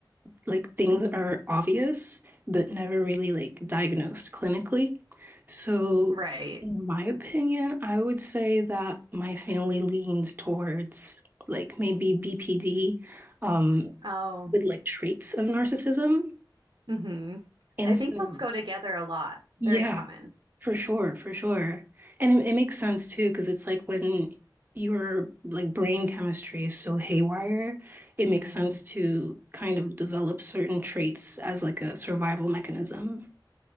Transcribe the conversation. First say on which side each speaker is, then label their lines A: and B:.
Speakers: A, on the right; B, on the right.
A: like things
B: hmm
A: are obvious but never really like diagnosed clinically. So,
B: Right.
A: in my opinion, I would say that my family leans towards like maybe BPD um
B: Oh.
A: with like traits of narcissism.
B: hmm
A: And
B: I think
A: so,
B: those go together a lot. Very
A: yeah,
B: common.
A: for sure, for sure. And it, it makes sense too, because it's like when your like brain chemistry is so haywire, it
B: Mhm.
A: makes sense to kind of develop certain traits as like a survival mechanism.